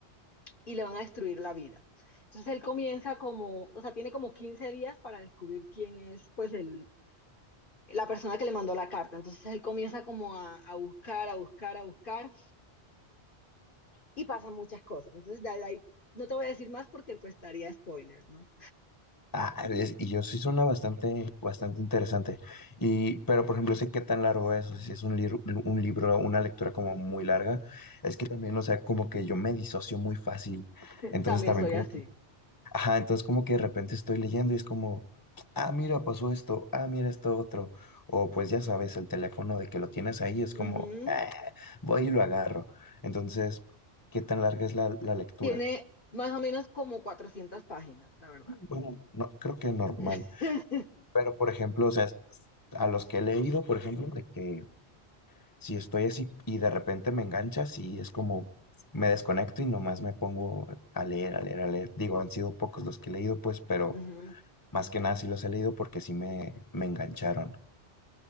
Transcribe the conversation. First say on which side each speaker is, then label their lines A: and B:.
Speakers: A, on the left; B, on the left.
A: y le van a destruir la vida. Entonces él comienza como, o sea, tiene como 15 días para descubrir quién es, pues, el, la persona que le mandó la carta. Entonces él comienza como a, a buscar, a buscar, a buscar y pasan muchas cosas. Entonces de ahí no te voy a decir más porque pues estaría spoiler, ¿no?
B: Ah, es- y yo sí suena bastante, bastante interesante. Y, pero por ejemplo, sé qué tan largo es, o sea, si es un, libro, un libro, una lectura como muy larga, es que también, o sea, como que yo me disocio muy fácil. Entonces
A: También
B: también
A: soy
B: como
A: así.
B: Ajá, entonces como que de repente estoy leyendo y es como, ah, mira, pasó esto, ah, mira esto otro. O pues ya sabes, el teléfono de que lo tienes ahí es como,
A: Ujú.
B: "Ah, voy y lo agarro. Entonces, ¿qué tan larga es la, la lectura?
A: Tiene más o menos como 400 páginas, la verdad.
B: Bueno, no, creo que normal.
A: <laughs>
B: Pero, por ejemplo, o sea, es- a los que he leído, por ejemplo, de que si estoy así y de repente me engancha, sí, es como, me desconecto y nomás me pongo a leer, a leer, a leer. Digo, han sido pocos los que he leído, pues, pero
A: Ujú.
B: Más que nada sí los he leído porque sí me, me engancharon.